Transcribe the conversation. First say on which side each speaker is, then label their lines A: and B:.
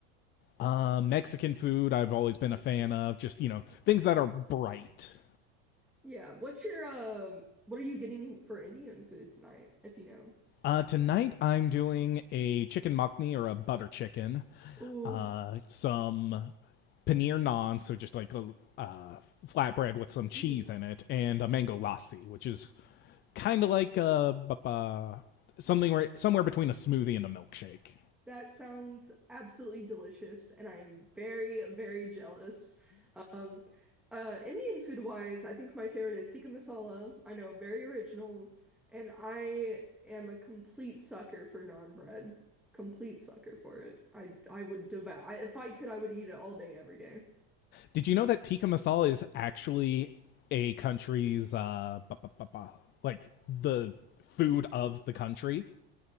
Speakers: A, on the left; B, in the centre.
A: Uh, Mexican food I've always been a fan of. Just you know things that are bright.
B: Yeah, what's your um? what are you getting for Indian food tonight, if you know?
A: Uh, tonight I'm doing a chicken makhni or a butter chicken,
B: Ooh.
A: uh, some paneer naan, so just like a uh, flatbread with some cheese
B: Mhm.
A: in it, and a mango lassi, which is kind of like a bu- something where, somewhere between a smoothie and a milkshake.
B: That sounds absolutely delicious, and I am very, very jealous. Um, uh, Indian food wise, I think my favorite is tikka masala. I know, very original, and I am a complete sucker for naan bread. Complete sucker for it. I I would devour. I, if I could, I would eat it all day, every day.
A: Did you know that tikka masala is actually a country's uh, like the food of the country?